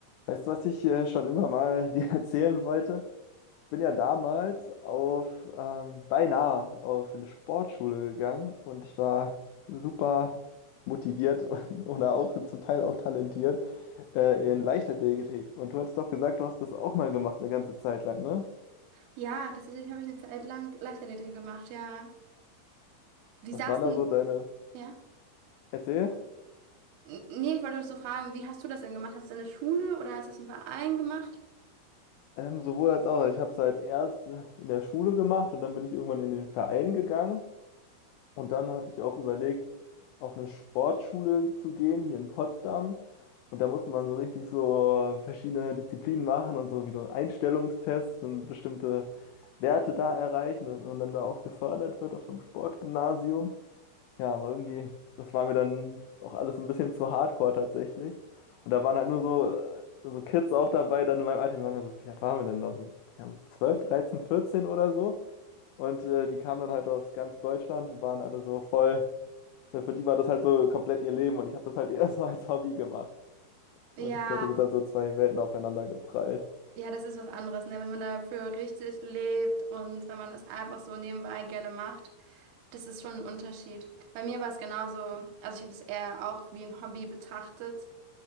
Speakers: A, on the left; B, on the right.
A: Weißt du, was ich äh, schon immer mal <laughs> dir erzählen wollte? Ich bin ja damals auf, ähm, beinahe auf eine Sportschule gegangen und ich war super motiviert <laughs> und, oder auch zum Teil auch talentiert äh, in Leichtathletik. Und du hattest doch gesagt, du hast das auch mal gemacht, eine ganze Zeit lang, ne?
B: Ja, tatsächlich habe ich eine Zeit lang Leichtathletik gemacht, ja. Die
A: Was
B: saßen,
A: waren da so deine...
B: ja.
A: Erzähl.
B: N nee, ich wollte noch so fragen, wie hast du das denn gemacht? Hast du es in der Schule oder hast du es im Verein gemacht?
A: Ähm, sowohl als auch. Also ich habe es halt erst äh, in der Schule gemacht und dann bin ich irgendwann in den Verein gegangen. Und dann hatte ich auch überlegt, auf eine Sportschule zu gehen, hier in Potsdam. Und da musste man so richtig so verschiedene Disziplinen machen und so wie so Einstellungstests und bestimmte Werte da erreichen, damit man dann da auch gefördert wird auf so einem Sportgymnasium. Ja, aber irgendwie, das war mir dann auch alles ein bisschen zu hardcore tatsächlich. Und da waren halt nur so, äh, so Kids auch dabei, dann in meinem Alter, die waren ja so, wie alt waren wir denn da? So, ja, so 12, 13, 14 oder so. Und äh, die kamen dann halt aus ganz Deutschland und waren alle so voll. ne, Für die war das halt so komplett ihr Leben und ich habe das halt <laughs> erstmal als Hobby gemacht. Und
B: Ja,
A: ich glaube, da sind dann so zwei Welten aufeinander geprallt.
B: ja, das ist was anderes, ne? Wenn man dafür richtig lebt und wenn man das einfach so nebenbei gerne macht, das ist schon ein Unterschied. Bei mir war es genauso, also ich habe das eher auch wie ein Hobby betrachtet,